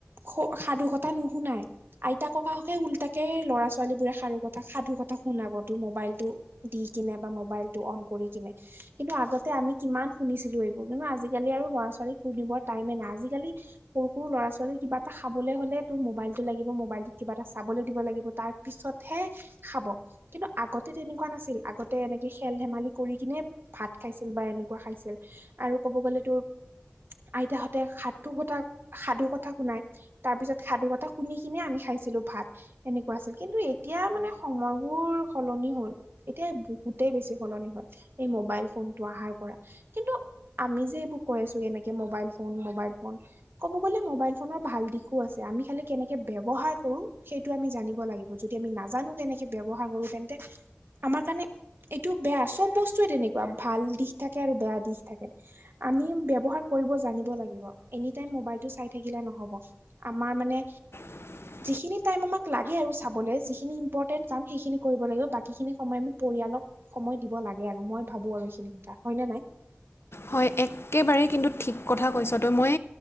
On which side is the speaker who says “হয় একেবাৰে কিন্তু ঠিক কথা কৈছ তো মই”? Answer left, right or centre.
Left